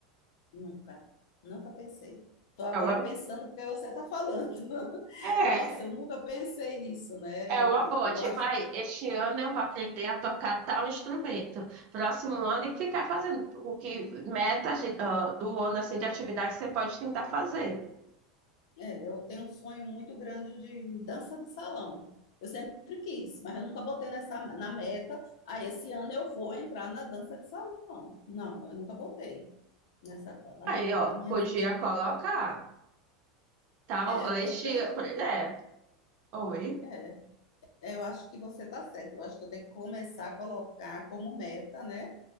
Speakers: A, on the left; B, on the right.
A: Nunca, nunca pensei. Estou agora
B: Ela,
A: pensando porque você está falando. <laughs>
B: é,
A: Nossa, eu nunca pensei nisso, né?
B: é
A: Eu,
B: uma boa.
A: eu
B: Tipo,
A: acho,
B: ai, este ano eu vou aprender a tocar tal instrumento. Próximo ano e ficar fazendo o que meta de- ah, do ano assim de atividade que você pode tentar fazer.
A: é, eu tenho um sonho muito grande de dança de salão. Eu sempre quis, mas eu nunca botei nessa, na meta. Ah, esse ano eu vou entrar na dança de salão. Não, eu nunca botei nessa, na
B: Aí,
A: minha,
B: ó,
A: na minha
B: podia
A: vida. eu nunca-
B: colocar tal,
A: É, eu
B: este,
A: tô, pen-
B: é, oi.
A: é, é, eu acho que você está certo. Eu acho que eu tenho que começar a colocar como meta, né?